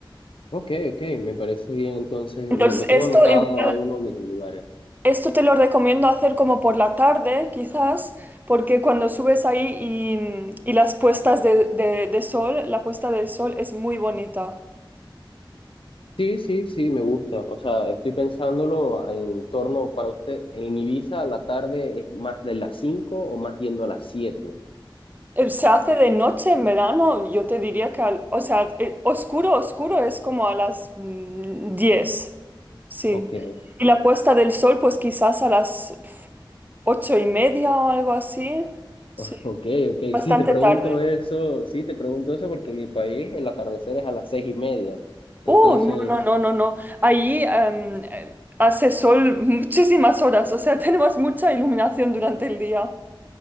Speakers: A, on the left; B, on the right.
A: Ok, ok, me parece bien, entonces
B: Entonces,
A: u- lo tengo
B: esto
A: anotado
B: igual
A: a uno de mis lugares.
B: Esto te lo recomiendo hacer como por la tarde, quizás, porque cuando subes ahí y, y las puestas de, de- de sol, la puesta de sol es muy bonita.
A: Sí, sí, sí, me gusta. O sea, estoy pensándolo en torno para usted, en Ibiza la tarde es más de las 5 o más yendo a las siete.
B: Eh, Se hace de noche en verano, yo te diría que, al- o sea, eh, oscuro, oscuro es como a las mm, 10, sí.
A: Ok.
B: Y la puesta del sol, pues quizás a las pf, ocho y media o algo así, sí,
A: <laughs> Ok, ok.
B: bastante
A: Sí, te pregunto
B: tarde.
A: eso, sí, te pregunto eso porque en mi país el atardecer es a las seis y media. Entonces,
B: Oh, no, no, no, no, no. Ahí em, em, hace sol muchísimas horas, o sea, <laughs> tenemos mucha iluminación durante el día.